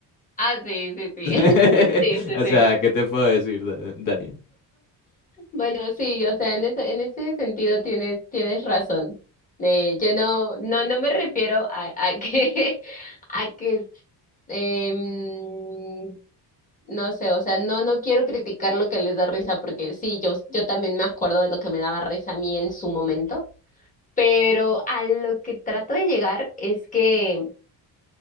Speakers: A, on the left (about 20°); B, on the left (about 50°).
A: Ah, sí, sí, sí.
B: <laughs>
A: <laughs> Sí, sí,
B: O
A: sí.
B: sea, ¿qué te puedo decir, Da- Dani?
A: Bueno, sí, o sea, en ese, en ese sentido tienes, tienes razón. Eh, yo no, no, no me refiero a, a que, <laughs> a que, em, no sé, o sea, no, no quiero criticar lo que les da risa, porque sí, yo, yo también me acuerdo de lo que me daba risa a mí en su momento, pero a lo que trato de llegar es que